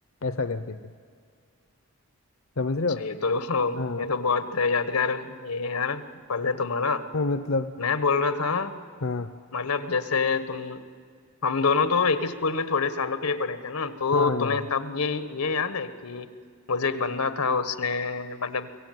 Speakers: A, on the left; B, on the left.
A: ऐसा करती थी समझ
B: अच्छा
A: रहे हो
B: ये तो <laughs>
A: हाँ
B: ये तो बहुत यादगार ये है यार पल है तुम्हारा
A: हाँ मतलब
B: मैं बोल रहा था
A: हाँ
B: मतलब जैसे तुम हम दोनों तो एक ही स्कूल में थोड़े सालों के लिए पढ़े थे ना तो
A: हाँ
B: तुम्हें
A: यार
B: तब ये ये याद है कि मुझे एक बंदा था उसने मतलब